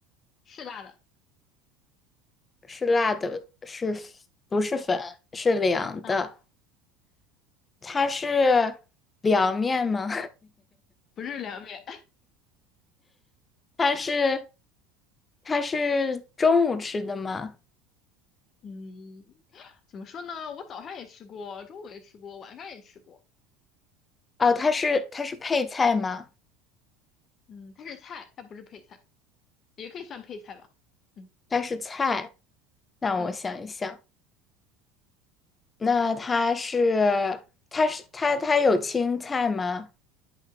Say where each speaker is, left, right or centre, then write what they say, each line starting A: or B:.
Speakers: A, on the left; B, on the left.
A: 是辣的，
B: 是辣的，是不是粉？是凉的。
A: 嗯，
B: 它是凉面吗？
A: 不是凉面，
B: 它是它是中午吃的吗？
A: <laughs> 嗯，怎么说呢？我早上也吃过，中午也吃过，晚上也吃过，
B: 哦，它是它是配菜吗？
A: 嗯，它是菜，它不是配菜。也可以算配菜吧。嗯
B: 它是菜。让我想一想，
A: 嗯
B: 那它是它是它它有青菜吗？